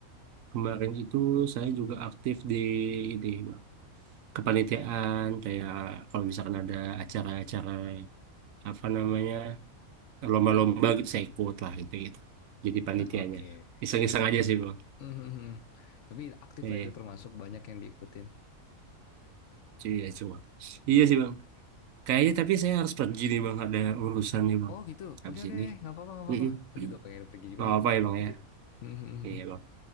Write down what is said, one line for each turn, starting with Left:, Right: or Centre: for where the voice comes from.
Right: kemarin itu saya juga aktif di di kepanitiaan kayak kalau misalkan ada acara-acara apa namanya lomba-lomba gitu saya ikut lah gitu gitu jadi panitianya
Left: Ah, oke. <laughs>
Right: iseng-iseng aja sih bang
Left: Mhm. Tapi aktif
Right: iya
Left: lah itu termasuk banyak yang diikutin.
Right: iya cuma iya sih bang kayaknya tapi saya harus pergi nih bang ada urusan nih bang
Left: Oh gitu.
Right: habis
Left: Oke oke,
Right: ini
Left: nggak apa-apa nggak apa-apa.
Right: Mm-mm.
Left: Aku juga pengen pergi juga
Right: Nggak apa-apa
Left: nih
Right: ya bang
Left: nanti.
Right: ya
Left: <laughs>
Right: iya bang